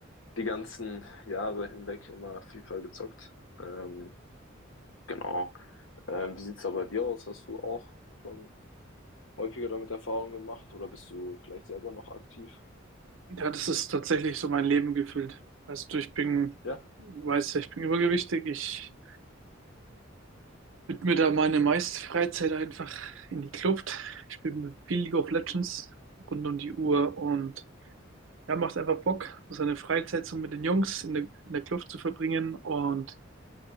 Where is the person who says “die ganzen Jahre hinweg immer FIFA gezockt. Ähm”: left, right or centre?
Left